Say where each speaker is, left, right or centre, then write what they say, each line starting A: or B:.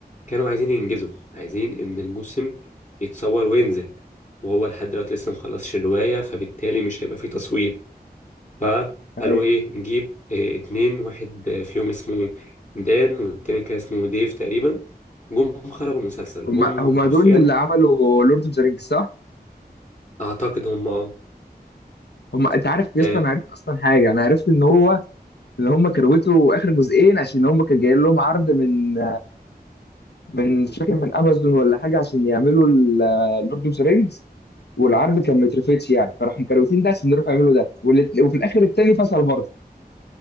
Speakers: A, on the left (about 45°); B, on the left (about 85°).
A: كانوا عايزين ينجزوا عايزين ان الموسم يتصور وينزل وهو لحد دلوقتي لسه مخلصش الرواية فبالتالي مش هيبقى فيه تصوير فقالوا
B: ايوه
A: ايه نجيب إيه اتنين واحد آه، فيهم اسمه دان والتاني كان اسمه ديف تقريبا جم خربوا المسلسل
B: هم
A: جم
B: هم
A: حرفيا
B: دول اللي عملوا لورد اوف ذا رينجز صح
A: اعتقد هم اه
B: هم انت عارف يا
A: آه،
B: اسطى انا عرفت اصلا حاجه انا عرفت ان هو ان هم كروتوا اخر جزئين عشان هم كان جاي لهم عرض من من مش فاكر من امازون ولا حاجه عشان يعملوا اللورد اوف ذا رينجز والعرض كان مترفتش يعني فراحوا مكروتين ده عشان يروحوا يعملوا ده والات- وفي الاخر التاني فصل برضه